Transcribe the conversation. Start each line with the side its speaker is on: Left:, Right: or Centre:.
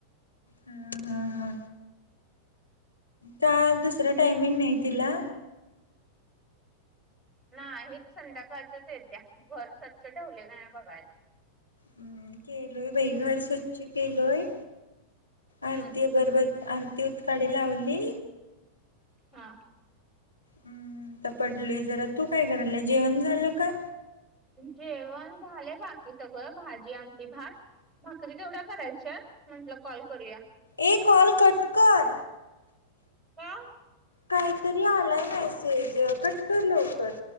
Left: हा हा हा. चा दुसरा टायमिंग नाही तिला?
Centre: नाये हेच संध्याकाळातच येत्या घर स्वच्छ ठेवले का नाय बघायला.
Left: हम्म केलोय बाई घर स्वच्छ केलोय आरती
Centre: हम्म
Left: अगरब आरती उत काडी लावली.
Centre: हा.
Left: हम्म आता पडलोय जरा तू काय करायलाय जेवण झालं का?
Centre: जेवण झालेय बाकी सगळं भाजी, आमटी, भात भाकरी तेवढ्या करायच्या म्हंटलं कॉल करूया.
Left: एक कॉल कट कर
Centre: का
Left: काहीत आलाय मेसेज कट कर लवकर.